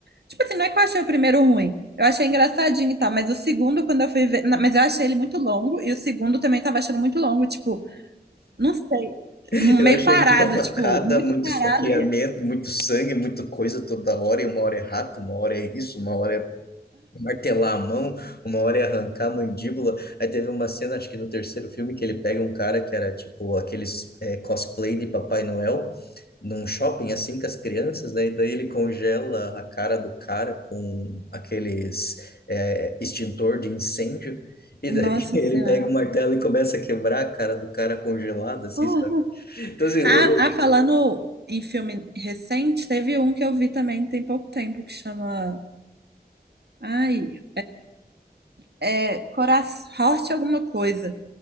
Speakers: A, on the right; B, on the left.
A: Tipo assim, não é que eu achei o primeiro ruim. Eu achei engraçadinho e tal, mas o segundo, quando eu fui ver. na- Mas eu achei ele muito longo, e o segundo também tava achando muito longo, tipo, não sei.
B: <laughs>
A: Meio
B: Eu achei
A: parado,
B: muita facada,
A: tipo, muito
B: muito
A: parado.
B: esfaqueamento,
A: e-
B: muito sangue, muita coisa toda hora, e uma hora é rato, uma hora é isso, uma hora é martelar a mão, uma hora ia arrancar a mandíbula. Aí teve uma cena, acho que no terceiro filme, que ele pega um cara que era tipo aqueles eh, cosplay de Papai Noel num shopping assim com as crianças, né? E daí ele congela a cara do cara com aqueles eh, extintor de incêndio. E
A: Nossa
B: daí <laughs> ele
A: Senhora.
B: pega um martelo e começa a quebrar a cara do cara congelado, assim,
A: Uhum.
B: sabe? Então, assim,
A: Ah,
B: o-
A: ah, falando
B: o-
A: em filme recente, teve um que eu vi também tem pouco tempo que chama. Ai, é Coração, Horte alguma coisa.